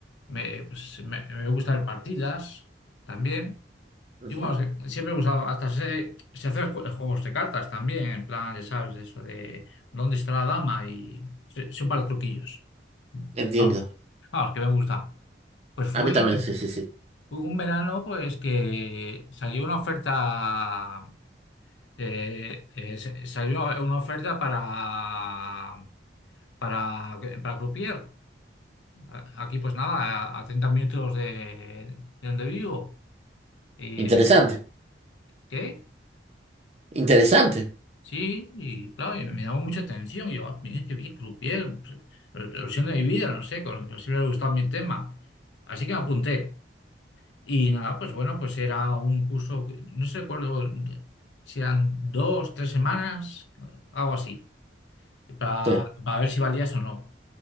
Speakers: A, on the left (about 85°); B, on the right (about 35°).
A: me, pues, me me gusta ver partidas también.
B: Ujú,
A: Y bueno, se- siempre he usado, hasta se, se hacen jue- juegos de cartas también, en plan, ya sabes, eso de dónde está la dama y se- son para truquillos.
B: Entiendo.
A: Vamos, vamos, que me gusta. Pues fue,
B: A mí también,
A: pues,
B: sí, sí, sí.
A: fue un verano pues que salió una oferta, eh, eh, se- salió una oferta para, para, para Croupier. A- Aquí pues nada, a, a 30 minutos de, de donde vivo. ¿Y
B: Interesante.
A: eh, qué?
B: Interesante.
A: Sí, y claro, y me llamó mucha atención. y Yo, ah, mira, que bien croupier, re- revolución de mi vida, no sé, con- siempre me ha gustado mi tema. Así que me apunté. Y nada, pues bueno, pues era un curso, que- no sé recuerdo de- si eran dos, tres semanas, algo así, para,
B: Sí.
A: para ver si valías o no.